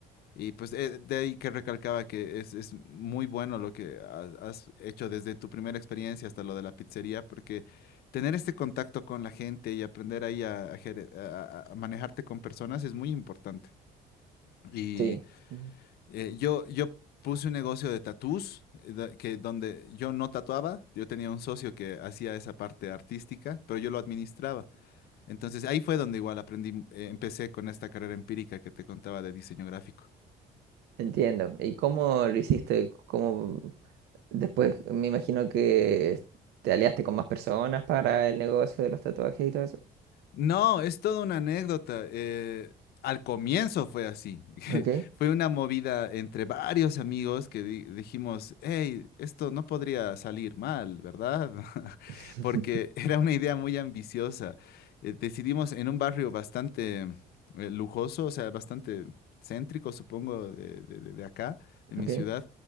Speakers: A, on the left (about 70°); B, on the right (about 80°).
A: Y pues eh, de ahí que recalcaba que es, es muy bueno lo que has has hecho desde tu primera experiencia hasta lo de la pizzería, porque tener este contacto con la gente y aprender ahí a, a gere- a- a- a manejarte con personas es muy importante. Y
B: Sí, Ujú.
A: Eh, yo, yo puse un negocio de tatús, eh, da- que donde yo no tatuaba, yo tenía un socio que hacía esa parte artística, pero yo lo administraba. Entonces ahí fue donde igual aprendí, eh, empecé con esta carrera empírica que te contaba de diseño gráfico.
B: entiendo. ¿Y cómo lo hiciste? ¿Cómo después me imagino que te aliaste con más personas para el negocio de los tatuajes y todo eso?
A: No, es toda una anécdota. eh, al comienzo fue así. <laughs>
B: Ok.
A: Fue una movida entre varios amigos que di- dijimos, hey, esto no podría salir mal, ¿verdad? <laughs>
B: <laughs>
A: Porque era una idea muy ambiciosa. Eh, decidimos en un barrio bastante eh, lujoso, o sea, bastante céntrico, supongo, de, de- de- de acá, de mi
B: Ok.
A: ciudad,